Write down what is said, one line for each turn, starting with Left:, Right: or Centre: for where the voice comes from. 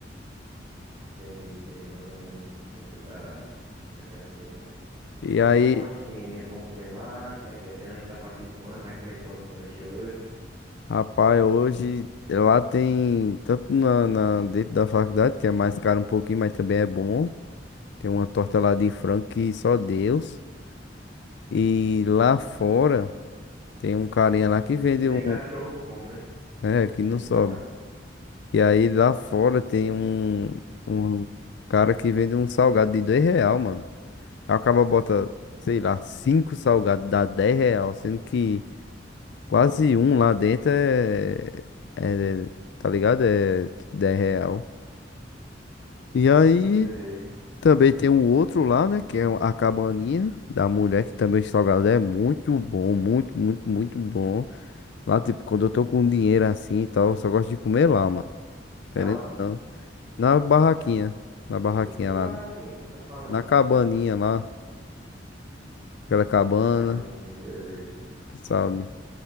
Right: Entendi, entendi, mais ou menos. Onde você tá, tá querendo chegar.
Left: E
Right: Mas
Left: aí,
Right: e um lanchinho? É bom comer lá? Como é que é? Tem lanche a partir de quanto? Vai comer quantos lanches hoje?
Left: rapaz, hoje lá tem, tanto na, na- dentro da faculdade, que é mais caro um pouquinho, mas também é bom. Tem uma torta lá de frango que só Deus. E lá fora tem um carinha lá que vende
Right: E nem
Left: um,
Right: cachorro come, né?
Left: é, que não
Right: E não
Left: sobe.
Right: sobra?
Left: E aí lá fora tem um, um cara que vende um salgado de dois real, mano. Aí o cara bota, sei lá, cinco salgados, dá 10 real, sendo que quase um lá dentro é, é, tá ligado? É 10 real. E aí
Right: Sei.
Left: também tem o outro lá, né, que é a cabaninha da mulher, que também o salgado é muito bom, muito, muito, muito bom. Lá, tipo, quando eu tô com dinheiro assim e tal, eu só gosto de comer lá, mano. Querendo
Right: Aonde?
Left: ou não. Na barraquinha, na barraquinha
Right: Que, que barraquinha
Left: lá,
Right: que você tá falando?
Left: na cabaninha lá, aquela cabana,
Right: É cabaninha, beleza.
Left: sabe?